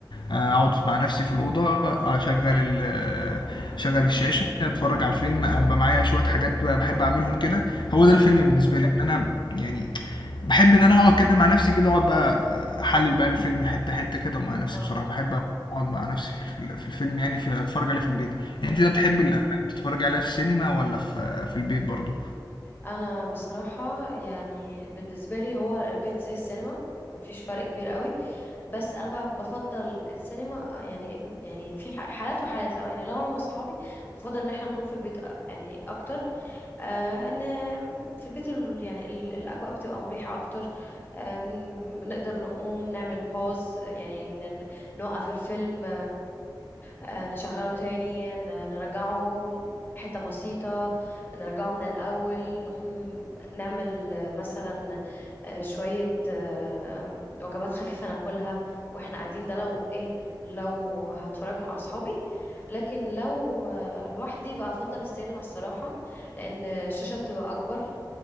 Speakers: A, on the left (about 80°); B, on the left (about 25°).
A: آه، اقعد مع نفسي في الاوضه آه، اشغل ال اشغل الشاشه اتفرج على الفيلم ابقى معايا شويه حاجات بقى بحب اعملهم كده هو
B: مم،
A: ده الفيلم بالنسبه لي ان انا يعني باحب إن أنا أقعد كده مع نفسي كده، أقعد بقى أحلِّل بقى الفيلم حتّة، حتّة كده ومع نفسي
B: اه
A: بصراحة، باحب أقعد مع نفسي في ال في الفيلم يعني ف أتفرّج عليه في البيت. أنتِ
B: مم.
A: بقى بتحبي الأفلام تتفرّجي عليها في السينما والّا في في البيت برضه؟
B: أنا بصراحة يعني بالنسبة لي هو البيت زي السينما مفيش فرق كبير قوي بس انا بقى بفضل السينما يعني يعني في ح- حالات وحالات لو يعني لو انا مع اصحابي بفضل ان احنا نكون في البيت أ- يعني اكتر آه، ان في البيت ال- يعني ال- الاجواء بتبقى مريحه اكتر آم، نقدر نقوم نعمل باوز يعني ن- ن- نوقف الفيلم آه، نشغله تاني ن- نرجعه حتة بسيطة نرجعه من الأول نقوم نعمل آه، مثلا آه، شوية آه، وجبات خفيفة ناكلها واحنا قاعدين ده لو ايه لو هتفرج مع أصحابي لكن لو آه، لوحدي بقى أفضل السينما الصراحة لأن الشاشة بتبقى أكبر